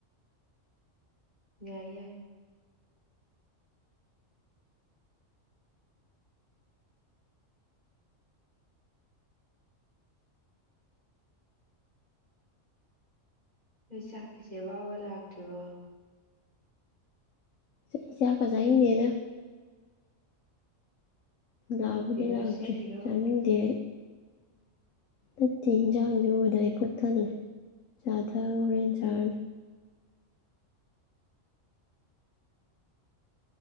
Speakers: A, on the right; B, on the left.
A: ꯌꯥꯏ ꯌꯥꯏ ꯅꯣꯏ ꯆꯥꯛꯀꯤ ꯆꯦꯕꯥꯎꯒ ꯂꯥꯛꯇ꯭ꯔꯤꯕꯣ
B: ꯆꯥ ꯑꯩ ꯆꯥꯛ ꯆꯥꯛꯀꯥ ꯆꯅꯤꯡꯗꯦꯗ ꯂꯥꯛꯕꯨꯗꯤ
A: ꯐꯤꯒꯔ
B: ꯂꯥꯛꯇ꯭ꯔꯤ
A: ꯁꯦꯝꯃꯤꯔꯣ
B: ꯆꯥꯅꯤꯡꯗꯦ ꯑꯩ ꯅꯠꯇꯦ ꯏꯟꯖꯥꯡꯖꯦ ꯎꯕꯗ ꯑꯩ ꯄꯨꯛ ꯊꯜꯂꯦ ꯆꯥ ꯊꯑ ꯍꯣꯔꯦꯟ ꯆꯥꯔꯅꯤ